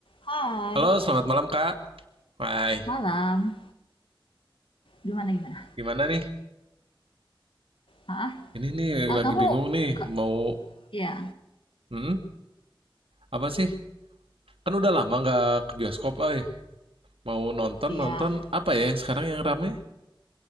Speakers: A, on the left; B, on the right.
A: Hai,
B: Halo, selamat malam Kak. Hai,
A: malam. Gimana gimana?
B: gimana nih?
A: Ah,
B: Ini nih
A: ah
B: lagi
A: kamu
B: bingung nih
A: ke,
B: mau
A: ya,
B: hmm, apa sih? Kan udah lama nggak ke bioskop, ay. Mau nonton
A: iya.
B: nonton apa ya yang sekarang yang rame,